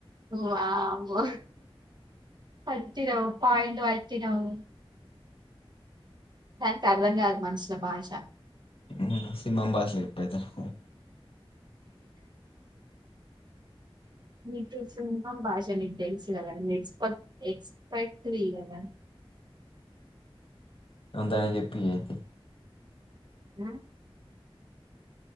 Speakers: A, on the right; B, on the left.
A: ఓ, ఆ బో పట్టినవ్, పాయింటు పట్టినవు. దానికి అర్థం కాదు, మనుషుల భాష.
B: నేనా, సింహం భాషల చెప్తయితే? హ్మ్
A: మీకు సింహం భాష నీకు తెలుసు కదా, నువ్ ఎక్స్ప ఎక్స్పర్ట్ వి కదా?
B: అంతగా చెప్పియి అయితే?
A: ఆ?